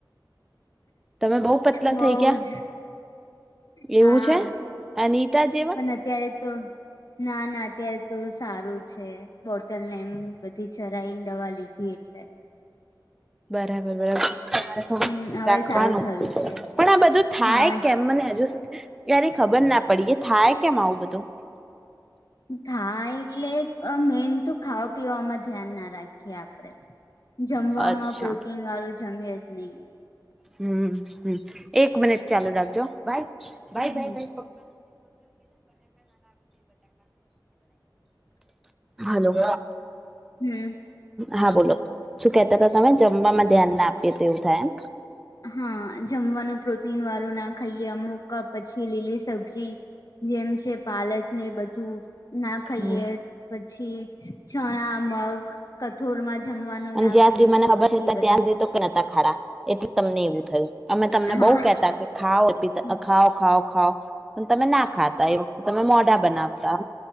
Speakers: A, in the centre; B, on the left.
A: તમે બહુ પતલા
B: બઉ
A: થઈ ગયા
B: જ. હા.
A: એવું છે અનિતા જેવા
B: પણ અત્યારે તો ના, ના અત્યારે તો સારું છે. બોટલ ને એમ બધી ચરાઈન દવા લીધી એટલે.
A: બરાબર <unintelligible> <unintelligible> ધ્યાન
B: હમ હવે
A: રાખવાનું,
B: સારું થયું છે
A: પણ આ બધું થાય
B: હા જ
A: કેમ મને હજુ સુધી ક્યારેય ખબર ના પડી, એ થાય કેમ આવું બધું?
B: થાય એટલે મેનતું ખાવા પીવામાં ધ્યાન ના રાખીએ આપડે. જમવામાં
A: અચ્છા
B: પ્રોટીન વાળું જમે જ નહીં.
A: હમ્મ-હમ્મ, એક મિનિટ ચાલુ રાખજો હો, બાય-બાય-બાય.
B: હમ
A: <inaudible> હલો.
B: હમ
A: હા બોલો. શું કેતા તા તમે? જમવામાં ધ્યાન ના આપીએ તો એવું થાય એમ?
B: હા. જમવાનું પ્રોટીન વાળું ના ખઈએ અમુક પછી લીલી સબ્જી જેમ છે પાલક ને એ બધું ના ખઈએ,
A: એમ હમ
B: પછી ચણા, મગ કઠોળ માં જમવાનું
A: અને
B: ના
A: જ્યાં
B: ખઈએ
A: સુધી મને
B: તો
A: ખબર
B: પછી
A: છે
B: બધા
A: <unintelligible> ખારા એટલે તમને એવું થયું, અમે તમને
B: હા
A: બઉ કેતા કે ખાઓ <unintelligible>
B: હમ
A: ખાવ-ખાાવ-ખાવ, પણ તમે ના ખાતા <inaudible> તમે મોઢા બનાવતા